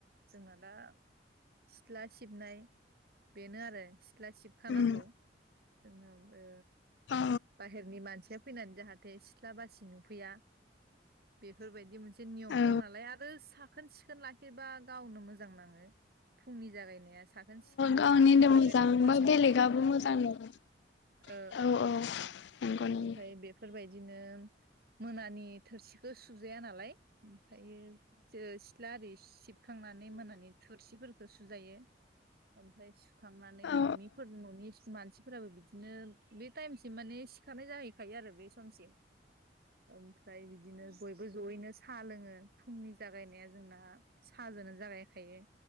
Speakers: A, on the right (about 60°); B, on the left (about 70°).
A: जोंना दा सिथ्ला सिबनाय बेनो आरो सिथ्ला सिबखानांगौ
B: उम
A: जोंनाबो
B: औ
A: बाहेरनि मानसिया फैनानै जाहाथे सिथ्ला बासि नुफैया बेफोरबायदि मोनसे नियम
B: औ
A: दं नालाय आरो सा साखोन सिखोन लाखिबा गावनो मोजां नाङो फुंनि जागायनाया साखोन सिखोननिफ्रायनो
B: गावनिनो मोजां
A: जागायनांगौ
B: बा
A: आसलथे
B: बेलेगाबो मोजां नङा
A: ओ
B: औ
A: ओ
B: नंगौ नंगौ
A: ओमफ्राय बेफोरबायदिनो मोनानि थोरसिखौ सुजु <unintelligible> नालाय ओमफायो जेरै सिथ्ला आरि सिब-' सिबखांनानै मोनानि थुरसिफोरखौ गुसु जायो ओमफ्राय खांनानै
B: औ ओ औ
A: न'निफोर न'नि मानसि फोराबो बिदिनो बे टाइमसिम माने सिखारनाय जाहैखायो आरो बे समसिम ओमफ्राय बिदिनो बयबो ज'यैनो साहा लोङो फुंनि जागायनाया जोंना साह जोनो जागायखायो।